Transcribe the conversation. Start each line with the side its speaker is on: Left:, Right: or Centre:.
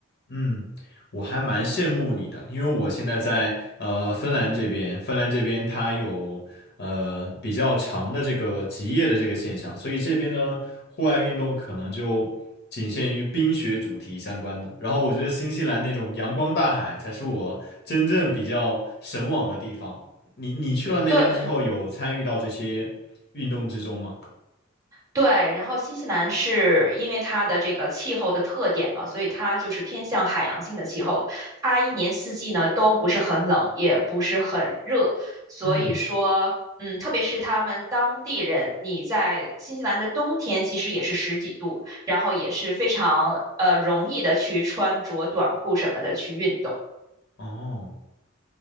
Left: 嗯，我还蛮羡慕你的，因为我现在在呃芬兰这边，芬兰这边它有呃比较长的这个极夜的这个现象，所以这边呢户外运动可能就仅限于冰雪主题相关的。然后我觉得新西兰那种阳光大海才是我真正比较神往的地方。你你去了那边之后，
Right: 对，
Left: 有参与到这些运动之中吗？
Right: 对，然后新西兰是因为它的这个气候的特点嘛，所以它就是偏向海洋性的气候，它一年四季呢都不是很冷，也不是很热，所以说，
Left: 嗯，
Right: 嗯，特别是他们当地人，你在新西兰的冬天其实也是十几度，然后也是非常呃容易的去穿着短裤什么的去运动。
Left: 哦，